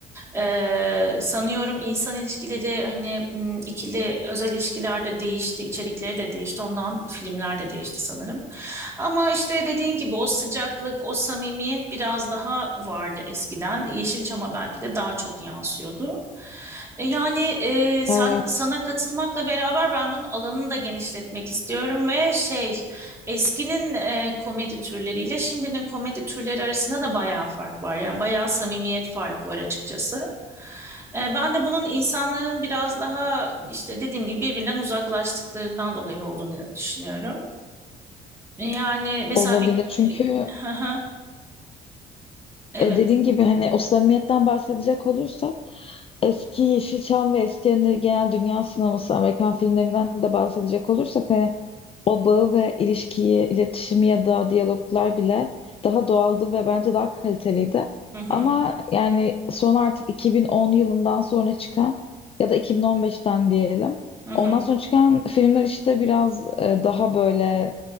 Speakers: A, on the right; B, on the left.
A: Ee, sanıyorum insan ilişkileri hani m, ikili özel ilişkilerde değişti, içerikleri de değişti. Ondan filmler de değişti sanırım. Ama işte dediğin gibi o sıcaklık, o samimiyet biraz daha vardı eskiden. Yeşilçam'a belki de daha çok yansıyordu. E, Yani e, sen
B: evet.
A: sana katılmakla beraber ben bunun alanını da genişletmek istiyorum ve şey Eskinin e, komedi türleriyle şimdinin komedi türleri arasında da bayağı fark var. Yani bayağı samimiyet farkı var açıkçası. E, ben de bunun insanların biraz daha işte dediğim gibi birbirinden uzaklaştıklarından dolayı olduğunu düşünüyorum. Yani mesela
B: Olabilir
A: bir...
B: çünkü
A: <laughs> Evet.
B: E, dediğin gibi hani o samimiyetten bahsedecek olursam eski Yeşilçam ve eski hani genel dünya sineması Amerikan filmlerinden de bahsedecek olursak hani o bağı ve ilişkiyi, iletişimi ya da diyaloglar bile daha doğaldı ve bence daha kaliteliydi.
A: Hı hı.
B: Ama yani son artık 2010 yılından sonra çıkan ya da 2015'ten diyelim.
A: Hı hı.
B: Ondan sonra çıkan filmler işte biraz e, daha böyle